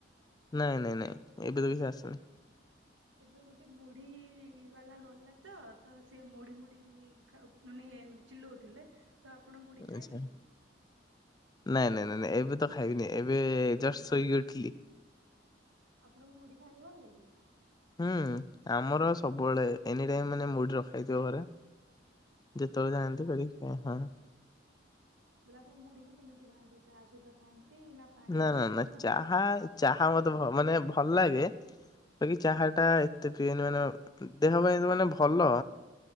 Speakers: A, on the left (about 20°); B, on the right (about 90°).
A: ନାଇଁ ନାଇଁ ନାଇଁ ଏବେ ତ କିଛି ଆସୁନି।
B: ଏବେ ଗୋଟେ ମୁଢି ବାଲା ଗଲା ତ ତ ସିଏ ମୁଢି ମୁଢ଼ି ଖା ମାନେ ଚିଲଉଥିଲା ତ ଆପଣ ମୁଢି ଖାଇବେ
A: ଆଚ୍ଛା।
B: କି?
A: ନାଇଁ
B: ତ ଆପଣ
A: ନାଇଁ ନାଇଁ ନାଇଁ
B: ମୁଢି
A: ଏବେ ତ ଖାଇବିନି ଏବେ ଜଷ୍ଟ ଶୋଇକି ଉଠିଲି।
B: ଆପଣଙ୍କୁ ମୁଢି ଖାଇବାକୁ ଭଲ ଲାଗେ।
A: ହୁଁ ଆମର ସବୁବେଳେ ଏନି ଟାଇମ ମାନେ ମୁଡି ରଖା ହେଇଥିବ ଘରେ। ଯେତେବେଳେ ଯାଆନ୍ତି ଧରିକି ଖାଏ ହଁ।
B: ବେଲେ ଆପଣ ମୁଢିକୁ କେମିତି ଖାଆନ୍ତି ଚା ସହିତ ଖାଆନ୍ତି ନା ପାଣିରେ
A: ନା ନା
B: ଖାଆନ୍ତି
A: ନା ଚାହା
B: ମୁ
A: ଚାହା ମତେ ମାନେ ଭଲ ଲାଗେ ବାକି ଚାହାଟା ଏତେ ପିଏନି ମାନେ ଦେହ ପାଇଁ ତ ମାନେ ଭଲ